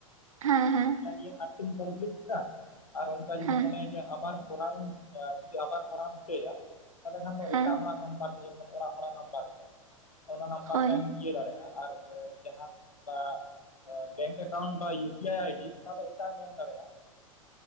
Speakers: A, on the right (about 70°); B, on the left (about 85°).
A: <inaudible> ᱦᱮᱸ ᱦᱮᱸ,
B: ᱱᱤᱭᱟᱹ ᱟᱴᱴᱤᱢ ᱠᱚᱢᱯᱞᱤᱴ ᱠᱮᱫᱟ ᱟᱨ ᱚᱱᱠᱟ ᱡᱩᱫᱤᱢ
A: ᱦᱮᱸ
B: ᱢᱚᱱᱮᱭᱟ ᱡᱮ ᱟᱵᱟᱨ ᱠᱚᱨᱟᱣ ᱤᱧ ᱡᱩᱫᱤ ᱟᱵᱟᱨ ᱠᱚᱨᱟᱣ ᱮᱢ ᱪᱟᱹᱭᱟ ᱛᱟᱦᱚᱞᱮ ᱠᱷᱟᱱ ᱫᱚ
A: ᱦᱮᱸ
B: ᱮᱴᱟᱜ ᱦᱚᱲᱟᱜ ᱱᱟᱢᱵᱟᱨ ᱡᱮᱢᱚᱱ ᱚᱲᱟᱜ ᱦᱚᱲᱟᱜ ᱱᱟᱢᱵᱟᱨ ᱜᱮ ᱚᱱᱟ ᱱᱟᱢᱵᱟᱨ
A: ᱦᱳᱭ
B: ᱛᱮᱢ ᱤᱭᱟᱹ ᱫᱟᱲᱮᱭᱟᱜᱼᱟ ᱟᱨ ᱡᱟᱦᱟᱸ ᱚᱱᱟ ᱵᱮᱝᱠ ᱮᱠᱟᱣᱩᱱᱴ ᱵᱟ ᱤᱭᱩ ᱯᱤ ᱟᱭ ᱟᱭᱰᱤ ᱚᱱᱟ ᱫᱚ ᱮᱴᱟᱜ ᱮᱢ ᱫᱟᱲᱮᱭᱟᱜᱼᱟ᱾